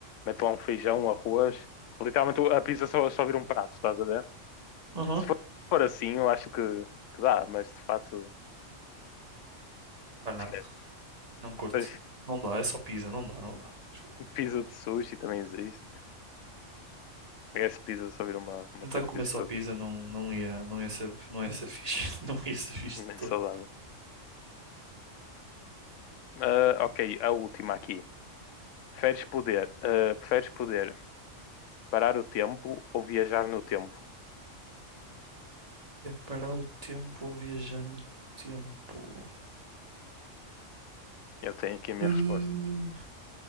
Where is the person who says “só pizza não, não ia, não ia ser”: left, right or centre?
Right